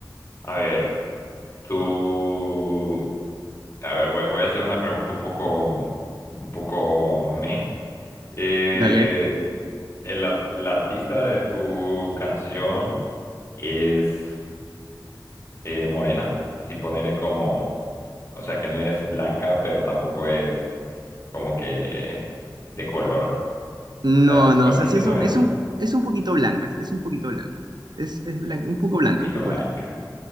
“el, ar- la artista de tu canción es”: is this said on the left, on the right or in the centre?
Left